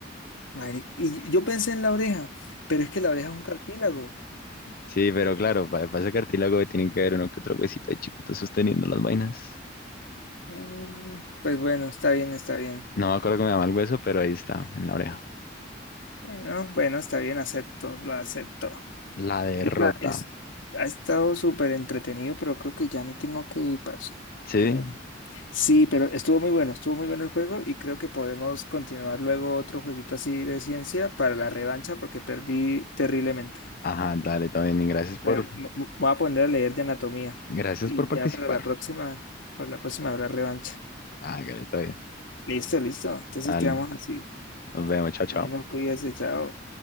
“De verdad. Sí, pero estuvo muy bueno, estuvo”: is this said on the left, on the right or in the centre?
Left